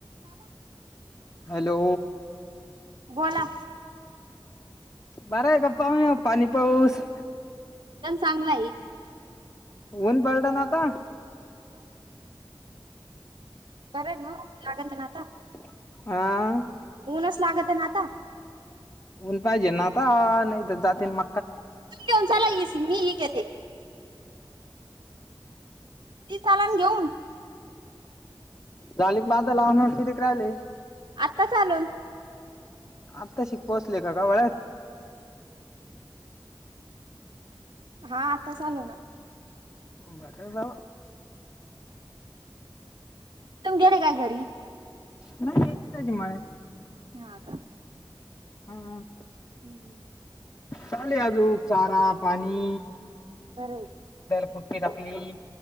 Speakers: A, on the right; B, on the left.
A: मला
B: हॅलो
A: बोला
B: बारा
A: एकदम
B: एक गप्पा म पाणी पाऊस
A: दण चांगला आहे
B: ऊन बलड नाता
A: बर न जगत नाता
B: हा
A: ऊनच लागत आहे ना आता
B: उऊन पाहिजे ना आता जातीन म
A: तुम सल ये सि मी ह गेत ती लान घेऊन
B: झाली क बाध लावून किती क राहिले
A: आता चालून
B: आत्ता शिक पोहोचले का का वळ्यात.
A: हा आताच आलू ना.
B: बरे जा
A: तुम गेले काय घरी
B: नाही इतच हे मळ्यात.
A: हा का
B: हम्.
A: बरं
B: चाले आजू चारापणी.
A: बरय.
B: कुट्टी टाकली.